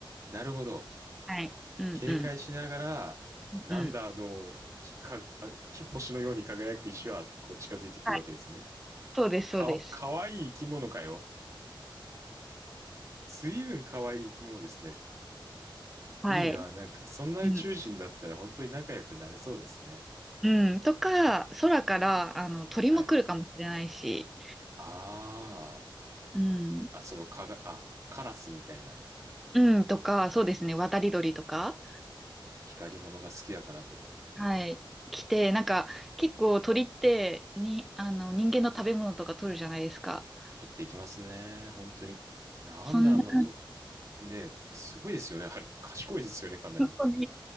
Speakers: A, on the right; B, in the centre.
A: なるほど。
B: はい。うんうん。
A: 警戒しながら、
B: うんうん。
A: なんだあの、ひか、あ星のように輝く石は、こう近づいてくるわけですね。
B: はい。そうです、
A: か、
B: そうです。
A: かわいい生き物かよ。随分かわいい生き物ですね。
B: はい。
A: いいな、なんか、そんな宇宙人だったら本当に仲良くなれそうですね。
B: うん。うん。とか、空から、あの、鳥も来るかもしれないし、
A: はい。あ
B: うん。
A: あ、あ、そのかが、あ、カラスみたいな
B: うん。とか、そうですね。渡り鳥とか、
A: 光り物が好きだからと、
B: はい。来て、なんか、結構鳥って、に、あの、人間の食べ物とか取るじゃないですか。
A: 取っていきますね。本当に。なんであんなと、
B: そんな感じ。
A: ね、すごいですよね、あれ。賢いですよね、かなり。
B: 本当に、